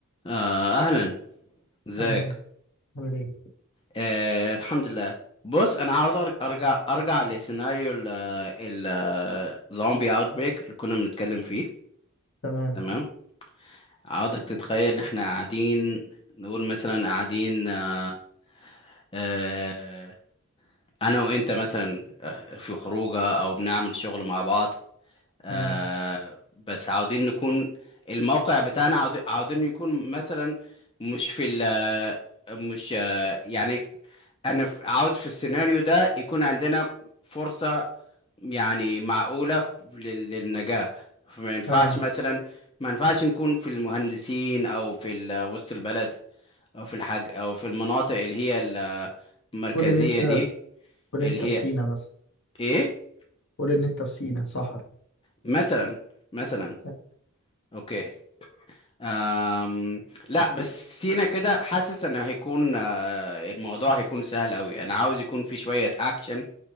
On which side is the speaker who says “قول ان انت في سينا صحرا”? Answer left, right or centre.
Left